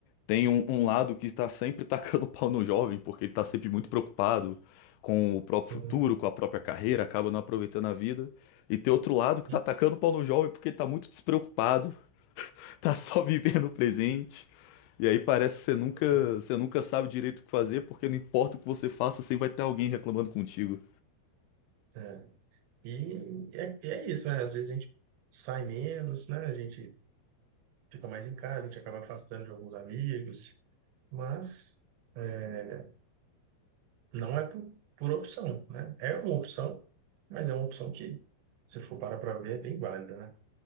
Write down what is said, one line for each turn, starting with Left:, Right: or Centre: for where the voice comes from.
Left: Tem um, um lado que está sempre tacando <laughs> pau no jovem, porque ele está sempre muito preocupado com o próprio
Right: Sim.
Left: futuro, com a própria carreira, acaba não aproveitando a vida. E tem outro lado que
Right: Sim,
Left: está tacando pau no jovem porque ele está muito despreocupado, <laughs> tá só vivendo o presente. E aí parece que você nunca,
Right: pois
Left: você nunca sabe direito o que fazer, porque não importa o que você faça, sempre vai ter alguém reclamando contigo.
Right: É. É. E é, e é isso, né? Às vezes a gente sai menos, né? A gente fica mais em casa, a gente acaba afastando de alguns amigos, mas é, não é por, por opção, né? É uma opção, mas é uma opção que, se for parar para ver, é bem válida, né?